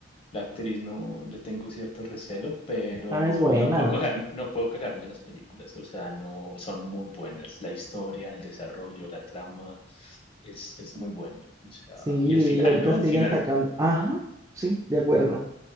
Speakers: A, on the left (about 30°); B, on the right (about 15°).
A: La actriz no le tengo cierto recelo, pero
B: Ah, es buena.
A: no puedo coger, no puedo quejarme de las películas, o sea, no son muy buenas. La historia, el desarrollo, la trama es, es muy bueno. O sea,
B: Sí,
A: y el final,
B: y ahorita
A: ¿no?
B: siguen
A: El final,
B: sacando. Ajá, sí, de acuerdo.